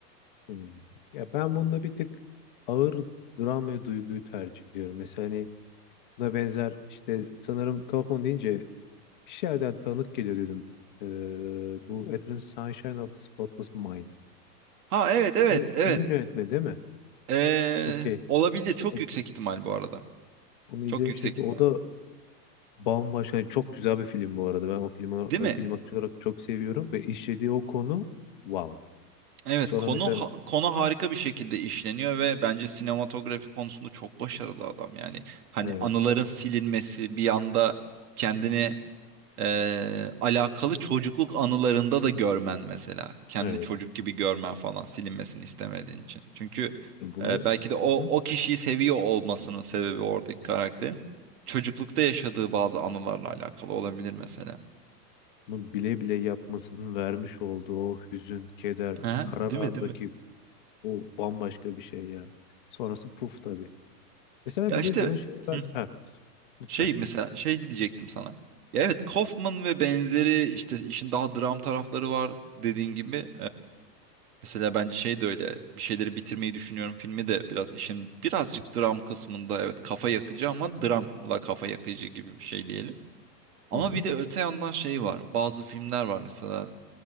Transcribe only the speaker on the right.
Ha evet evet
evet.
Ee,
olabilir çok
yüksek ihtimal bu arada.
Çok yüksek
ihtimal.
Değil mi?
Evet
konu
ha- konu harika bir şekilde işleniyor ve bence sinematografi konusunda çok başarılı adam. Yani hani
anıların silinmesi bir anda kendini eee, alakalı çocukluk anılarında da görmen mesela. Kendi
çocuk gibi görmen falan silinmesini istemediğin için. Çünkü
eee, belki de o
o kişiyi seviyor olmasının sebebi oradaki karakterin çocuklukta yaşadığı bazı anılarla alakalı olabilir mesela.
Ha,
değil
mi değil mi?
Ya
işte
hı,
şey mesela şey diyecektim sana. Ya evet Kaufman ve benzeri işte işin daha dram tarafları var dediğin gibi. Mesela bence şey de öyle bir şeyleri bitirmeyi düşünüyorum filmi de biraz işin birazcık dram kısmında evet kafa yakıcı ama dramla kafa yakıcı gibi bir şey diyelim. Ama
bir de öte yandan şey var bazı filmler var mesela